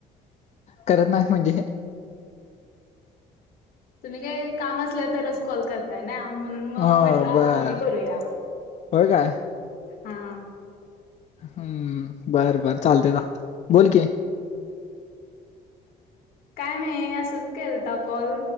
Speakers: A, on the left; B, on the left.
A: करत नाही म्हणजे
B: तुम्ही काय काम असल्या तरच कॉल करता त्यांना म्हणून मग
A: हो
B: म्हटलं
A: बर
B: मी करूया
A: होय काय
B: हा
A: हम्म बर बर चालते चाल बोलकी
B: काय नाही असंच केलता कॉल